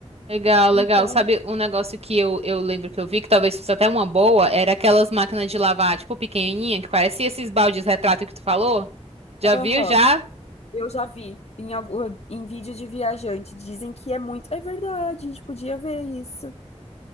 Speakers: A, on the right (about 60°); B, on the left (about 60°).
A: Legal, legal.
B: Então.
A: Sabe um negócio que eu, eu lembro que eu vi, que talvez fosse até uma boa, era aquelas máquinas de lavar, tipo, pequenininha, que parecia esses baldes retrato que tu falou? Já
B: ah,
A: viu,
B: Aham.
A: já?
B: Eu já vi em, algu- em vídeos de viajante, dizem que é muito. É verdade, a gente podia ver isso.